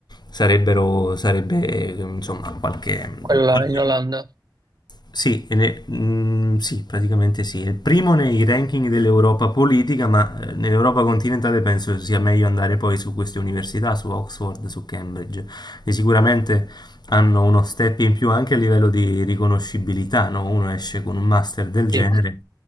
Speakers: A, on the left; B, on the right.
A: sarebbero, sarebbe eh, insomma qualche,
B: quella
A: qualche-
B: in Olanda,
A: sì, e ne- mm, sì, praticamente sì. È il primo nei ranking dell'Europa politica, ma eh, nell'Europa continentale penso sia meglio andare poi su queste università, su Oxford, su Cambridge, che sicuramente hanno uno step in più anche a livello di riconoscibilità, no? Uno esce con un master del genere,
B: sì.